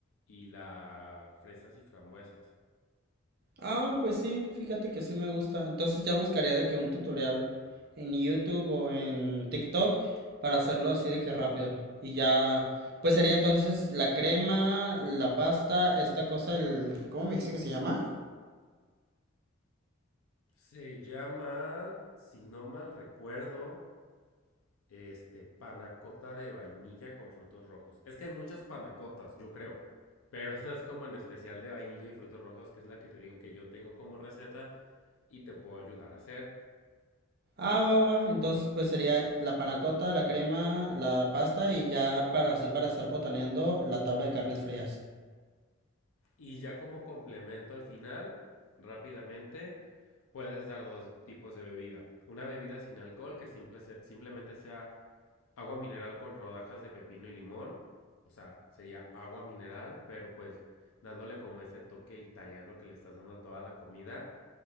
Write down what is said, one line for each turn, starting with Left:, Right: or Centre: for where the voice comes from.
Left: y las fresas y frambuesas.
Right: Ah, pues sí, fíjate que sí me gusta. Entonces ya buscaría de que un tutorial en YouTube o en TikTok para hacerlo así de que rápido. Y ya, pues sería entonces la crema, la pasta, esta cosa, el... ¿Cómo me dijiste que se llama?
Left: Se llama, si no mal recuerdo, Este, panacota de vainilla con frutos rojos. Es que hay muchas panacotas, yo creo. Pero <laughs> esta es como en especial de vainilla y frutos rojos, que es la que te digo que yo tengo como receta y te puedo ayudar a hacer.
Right: Ah, va, va, va. Entonces pues sería la panacota, la crema, la pasta y ya para así para estar botaneando la tabla de carnes frías.
Left: Y ya como complemento al final, rápidamente, puedes dar dos tipos de bebida. Una bebida sin alcohol que simple simplemente sea agua mineral con rodajas de pepino y limón. O sea, sería agua mineral, pero pues dándole como ese toque italiano que le estás dando a toda la comida.